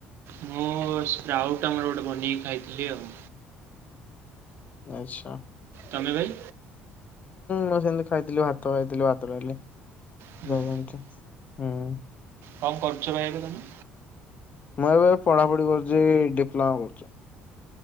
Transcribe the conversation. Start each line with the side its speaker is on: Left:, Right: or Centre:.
Right: ମୁଁ ସ୍ପ୍ରାଉଟ୍ ମୋର ଗୋଟେ ବନେଇକି ଖାଇଥିଲି ଆଉ।
Left: ଆଚ୍ଛା।
Right: ତମେ ଭାଇ
Left: ମୁଁ ସେମିତି ଖାଇଥିଲି ଭାତ ଖାଇଥିଲି ଭାତଡାଲି।
Right: ହୁଁ ହୁଁ
Left: <unintelligible> ହୁଁ।
Right: କଣ କରୁଚ ଭାଇ ଏବେ ତମେ?
Left: ମୁଁ ଏବେ ପଢାପଢି କରୁଚି ଡିପ୍ଲୋମା କରୁଚି।